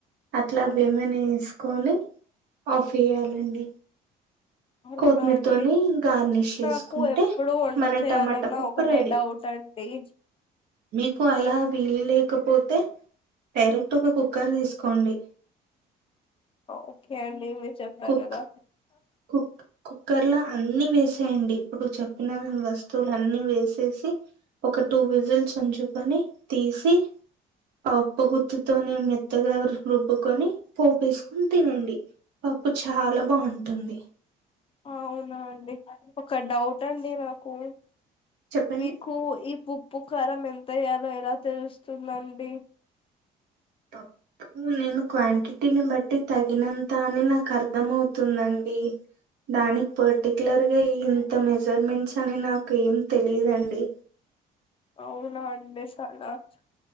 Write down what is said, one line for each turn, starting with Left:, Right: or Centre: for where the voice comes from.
Right: అట్లావి ఏమైనా వేసుకొని ఆఫ్ వేయాలండి
Left: అవునా
Right: కొత్తిమీరతోని
Left: అండి
Right: గార్నిష్ చేసుకుంటే
Left: నాకు ఎప్పుడు వంట
Right: మన
Left: చేయాలన్నా
Right: టమాటా పప్పు
Left: ఒకటే
Right: రెడీ
Left: డౌట్ అండి
Right: మీకు అలా వీలులేక కపోతే డైరెక్ట్ గా కుక్కర్ తీసుకోండి
Left: ఓకే అండి మీ చెప్ప
Right: కుక్
Left: కదా
Right: కుక్ కుక్కర్ లో అన్ని వేసేయండి ఇప్పుడు చెప్పిన వస్తువులున్నీ వేసేసి ఒక టూ విజిల్స్ ఉంచుకొని తీసి ఆ పప్పు గుత్తితోనీ మెత్తగా రుబ్బకొని పోపేసుకొని తినండి పప్పు చాలా బాగుంటు ఉంటంది
Left: అవునా అండి ఒక డౌట్ అండి నాకు
Right: చెప్పండి
Left: మకు ఈ పప్పు ఉప్పు కారం ఎంతయ్యాలో ఎలా తెలుస్తుందండి
Right: పప్పు నేను క్వాంటిటీని బట్టి తగినంత అని నాకు అర్థంమవుతుందండి దానికి పర్టికలర్గా ఇంత మెజర్మెంట్స్ అని నాకు ఏం తెలియదండి
Left: అవునా అండి <unintelligible>